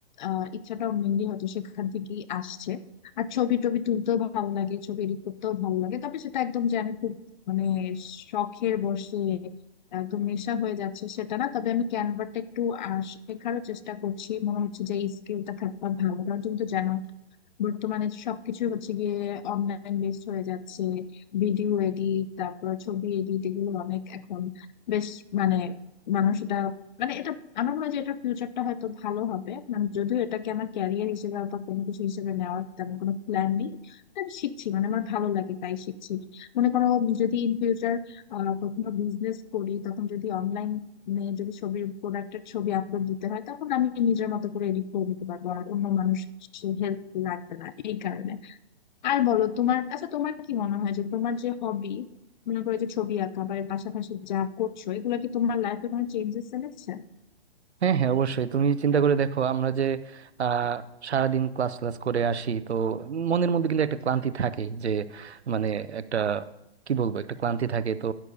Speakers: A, on the left; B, on the right.
A: আহ, ইচ্ছাটাও মেনলি হয়তো সেখান থেকেই আসছে আর ছবি টবি তুলতেও ভালো লাগে ছবি এডিট করতেও ভালো লাগে তবে সেটা একদম যে আমি খুব মানে শখের বসে একদম নেশা হয়ে যাচ্ছে সেটা না তবে আমি ক্যানভাটা একটু আহ, শেখারও চেষ্টা করছি মনে হচ্ছে যে এই স্কিলটা থাকবা ভালো কারণ তুমি তো জানো বর্তমানে সবকিছু হচ্ছে গিয়ে অনলাইন বেসড হয়ে যাচ্ছে ভিডিও এডিট তারপর ছবি এডিট এগুলো অনেক এখন বেশ মানে মানুষ এটা মানে এটা আমার মনে হয় যে এটার ফিউচারটা হয়তো ভালো হবে মানে যদিও এটাকে আমার ক্যারিয়ার হিসেবে বা কোনো কিছু হিসেবে নেওয়ার তেমন কোনো প্ল্যান নেই তো আমি শিখছি মানে আমার ভালো লাগে তাই শিখছি মনে করো আমি যদি ইন ফিউচার কখনো বিজনেস করি তখন যদি অনলাইন মানে যদি ছবির প্রোডাক্টের ছবি আপলোড দিতে হয় তখন আমি নিজের মতো করে এডিট করে নিতে পারবো আর অন্য মানুষ হেল্প লাগবে না এই কারণে আর বলো তোমার আচ্ছা তোমার কি মনে হয় যে তোমার যে হবি মনে করো যে ছবি আঁকা বা এর পাশাপাশি যা করছো এগুলো কি তোমার লাইফে কোনো চেঞ্জেস এনেছে
B: হ্যাঁ হ্যাঁ অবশ্যই তুমি চিন্তা করে দেখো আমরা যে আহ সারাদিন ক্লাস ক্লাস করে আসি তো মনের মধ্যে কিন্তু একটা ক্লান্তি থাকে যে মানে একটা কি বলবো একটা ক্লান্তি থাকে তো